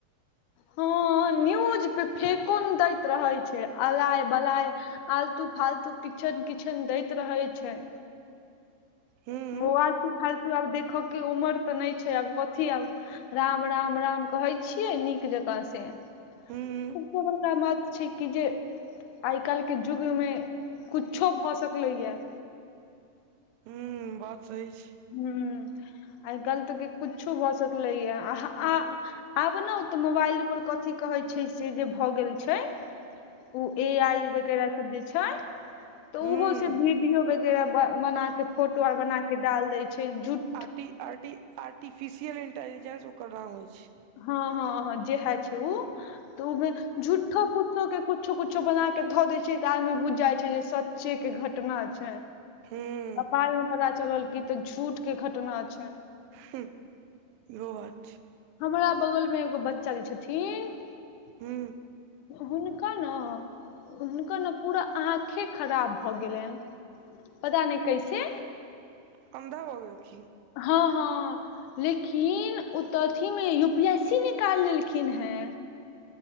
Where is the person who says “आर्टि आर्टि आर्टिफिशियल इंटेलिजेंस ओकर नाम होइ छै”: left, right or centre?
Right